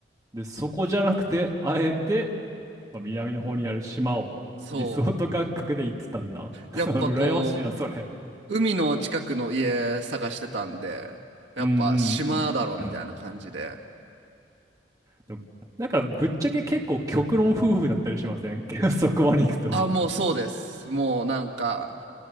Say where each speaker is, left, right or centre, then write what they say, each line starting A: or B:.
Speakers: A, on the right; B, on the right.
A: で、そこじゃなくて、あえて、まあ、南の方にある島をリゾート感覚で行ってたんだ。
B: そ
A: <laughs> 羨ましいな、
B: うやっぱこう海の近くの家探してたんでやっぱ島だろみたいな感じで
A: それ。うんうんうん。でもなんかぶっちゃけ結構極論夫婦だったりしません <laughs> そこまで行くと。
B: あ、もうそうです。もうなんか、